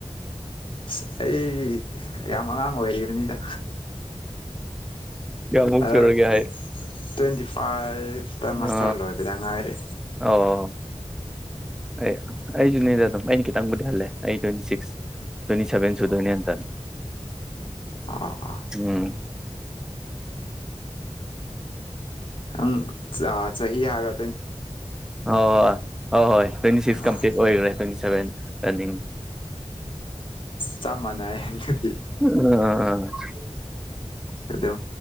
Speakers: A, on the left; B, in the centre.
A: ꯁ ꯑꯩ ꯌꯥꯝ ꯑꯉꯥꯡ ꯑꯣꯏꯔꯤꯕꯅꯤꯗ
B: ꯀꯌꯥ ꯃꯕꯨꯛ
A: ꯍꯟꯗꯛ
B: ꯆꯔ ꯀꯌꯥ ꯍꯥꯏ
A: ꯇ꯭ꯋꯦꯟꯇꯤ ꯐꯥꯏꯚ ꯏꯦ ꯃꯁꯂꯣꯗꯉꯥꯏꯔꯦ
B: ꯑ ꯑꯣ ꯑꯩ ꯑꯩꯁꯨꯅꯦꯗ ꯑꯗꯨꯝ ꯑꯩꯅ ꯈꯤꯇꯪꯕꯨꯗꯤ ꯍꯜꯂꯦ ꯑꯩ ꯇ꯭ꯋꯦꯟꯇꯤ ꯁꯤꯛꯁ ꯇ꯭ꯋꯦꯟꯇꯤ ꯁꯚꯦꯟ ꯁꯨꯗꯣꯏꯅꯦꯟꯇ
A: ꯑꯥ
B: ꯎꯝ
A: ꯑꯪ ꯆꯍꯤꯍꯤ ꯍꯥꯏꯔ
B: ꯍꯣꯏ ꯍꯣꯏ ꯍꯣꯏ ꯍꯣꯏ ꯇ꯭ꯋꯦꯟꯇꯤ ꯁꯤꯛꯁ
A: ꯑꯥ
B: ꯀꯝꯄ꯭ꯂꯤꯠ ꯑꯣꯏꯈ꯭ꯔꯦ ꯇ꯭ꯋꯦꯟꯇꯤ ꯁꯚꯦꯟ ꯀꯅꯤ
A: ꯆꯞ ꯃꯥꯟꯅꯩ ꯍꯪꯒꯠ
B: ꯑ
A: ꯑꯗꯨ